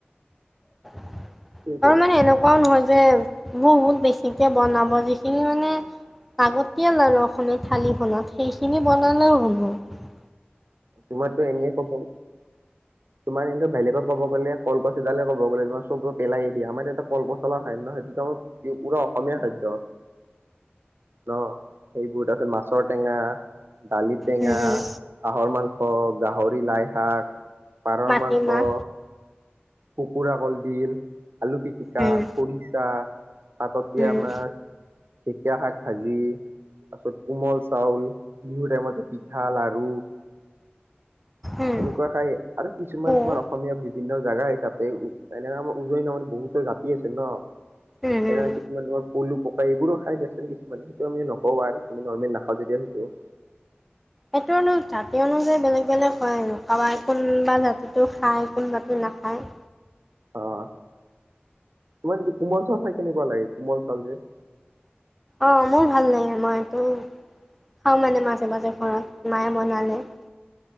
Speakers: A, in the centre; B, on the right.
A: <inaudible>
B: সেইটোৱেটো।
A: আৰু মানে এনেকুৱাও নহয় যে বহুত বেছিকে বনাব যিখিনি মানে লাগতিয়াল আৰু অসমীয়া থালিখনত সেইখিনি বনালেও হব ।
B: তোমাৰতো এনে <unintelligible> তোমাৰ এনে বেলেগত ক'ব গ'লে কলগছ এডালে ক'ব গ'লে তোমাৰ চব পেলাই এ দিয়া আমাৰ এটা কলপচলাৰ খাদ্য সেইটোতো আমাৰ পুৰা অসমীয়া খাদ্য অহ সেইবোৰ তাৰপাছত মাছৰ টেঙা ডালি টেঙা
A: উম হম
B: মাংস, গাহৰি, লাই শাক । পাৰৰ
A: মাটিমাহ
B: মাংস । কুকুৰা কল দিল । আলু পিটিকা,
A: উম
B: খৰিচা । পাতত দিয়া
A: উম
B: মাছ, ঢেকীয়া শাক । ভাজি তাৰ পিছত কোমল চাউল বিহু টাইমতে পিঠা, লাৰু
A: উম
B: এনেকুৱা খাই আৰু কিছুমান
A: বুট
B: তোমাৰ অসমীয়া বিভিন্ন জাগা তাপে এনেকে আমাৰ উজনি নামনি বহুতো জাতি আছে ন ।
A: উম হম
B: তেনে কিছুমানৰ পলু ত' এইবোৰো খাই দিয়াচোন কিছুমানে সেইটো আমি নকও আৰু আমি নৰ্মেল নাখাওঁ যেতিয়া সেইটো ।
A: এইটো জাতি অনুযায়ী বেলেগ বেলেগ হয় আৰু কাৰোবাই কোনোবা জাতিটো খায় কোনবাতি নাখায় ।
B: অহ তোমাৰ এইটো কোমল চাউল খাই কেনেকুৱা লাগে কোমল চাউল যে ।
A: অহ মোৰ ভাল লাগে মইতো খাওঁ মানে মাজে মাজে ঘৰত মায়ে বনালে ।